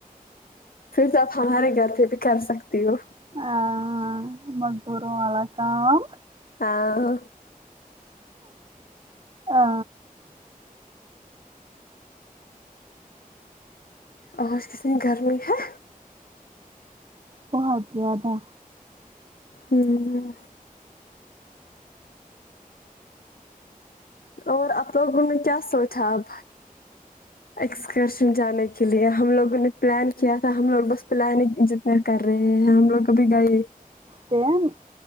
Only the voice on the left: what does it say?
پھر تو آپ ہمارے گھر پہ بھی کر سکتی ہو
ہاں
اور کتنی گرمی ہے
ہوں اور آپ لوگوں نے کیا سوچا اب ایکسکرشن جانے کے لیے ہم لوگوں نے پلان کیا تھا ہم لوگ بس پلانگ کر رہے ہیں ہم لوگ کبھی گائے